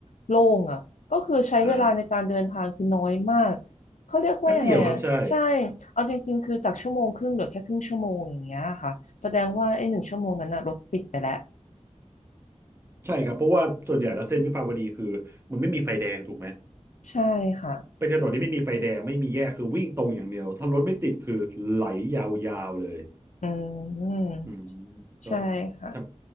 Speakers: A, on the left; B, on the right.
A: โล่งอะก็คือใช้เวลาในการเดินทางคือน้อยมาก
B: อ่า
A: เขาเรียกว่ายังไงอะใช่
B: แป๊บเดียวครับใช่
A: เอาจริงๆคือจากชั่วโมงครึ่งเหลือแค่ครึ่งชั่วโมงอย่างเงี้ยค่ะแสดงว่าไอ้หนึ่งชั่วโมงนั้นอะรถติดไปแล้ว
B: ใช่ครับเพราะว่าส่วนใหญ่แล้วเส้นวิภาวดีคือมันไม่มีไฟแดงถูกไหม
A: ใช่ค่ะ
B: เป็นถนนที่ไม่มีไฟแดงไม่มีแยกคือวิ่งตรงอย่างเดียวถ้ารถไม่ติดคือไหลยาวๆเลย
A: อืม
B: อืมก็
A: ใช่ค่ะ
B: ท